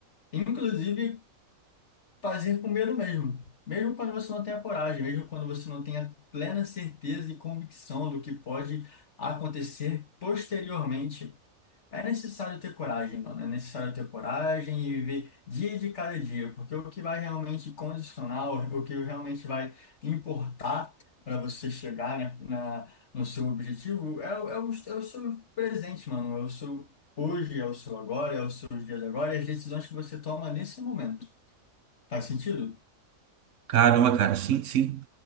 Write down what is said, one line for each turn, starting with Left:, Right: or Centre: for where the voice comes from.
Left: Inclusive, fazer com medo mesmo. Mesmo quando você não tenha coragem, mesmo quando você não tenha plena certeza e convicção do que pode acontecer posteriormente. É necessário ter coragem, mano. É necessário ter coragem e viver dia de cada dia, porque o que vai realmente condicionar, o o que realmente vai importar para você chegar, né, na, no seu objetivo é, o- é, o, é o seu presente, mano. É o seu hoje, é o seu agora, é os seus dias agora e as decisões que você toma nesse momento. Faz sentido?
Right: Caramba, cara, sim, sim.